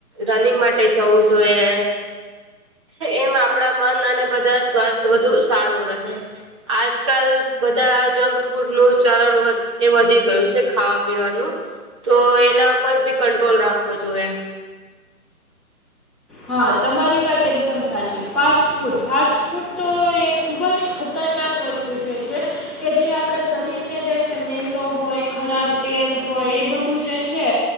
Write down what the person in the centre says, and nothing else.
હા તમારી વાત એકદમ સાચી ફાસ્ટ ફૂડ ફાસ્ટ ફૂડ તો એ ખૂબ જ ખતરનાક વસ્ત <unintelligible> છે કે જે આપણા શરીર ને જે છે મેંદો હોય ખરાબ તેલ હોય એ બધું જે છે.